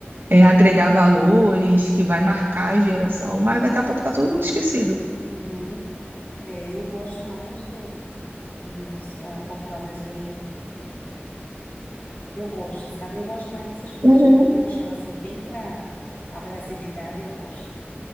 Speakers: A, on the right (about 50°); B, on the left (about 45°).
A: é, agregar valores, que vai marcar a geração, mas daqui a pouco tá todo mundo esquecido.
B: uhum. É, eu gosto mais de, de música popular brasileira. Eu gosto, sabe? Eu gosto mais dessas coisas
A: Uhum.
B: que puxam, assim, bem para a brasilidade, eu gosto.